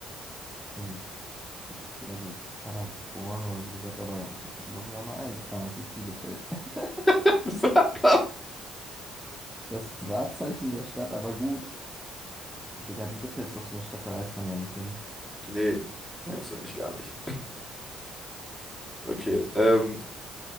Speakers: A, in the centre; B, on the left (about 15°).
A: Hm, ich hätte jetzt eher so Paderborn oder so gesagt, aber loggen wir mal ein. Ah, es ist Bielefeld. <laughs>
B: <laughs>
A: Das Wahrzeichen der Stadt, aber gut. Digga, Bielefeld ist doch so eine Stadt, da reist man ja nicht hin.
B: Nee,
A: Äh,
B: gibt's nämlich gar nicht. Okay, ähm,